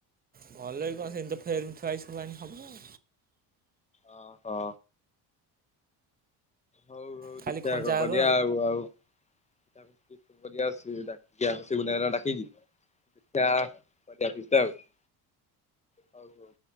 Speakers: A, on the right; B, on the left.
A: ଭଲକି କଣ ସେମିତି ଫ୍ରେମ୍ ଥୁଆ ହେଇଚି ଆଣିବ ଆଉ।
B: ଓହୋ। ହଉ ହଉ
A: ଖାଲି
B: ଦେଖିବା
A: ଖଞ୍ଜା
B: କଣ କରିବା
A: ହବ
B: ଆ ଆଉ ଆଉ। <unintelligible> କରିବା ସେ ରାକ୍ଷୀପୂର୍ଣ୍ଣିମା ରେ ଡ଼ାକିକି <unintelligible> ହଉ ହଉ।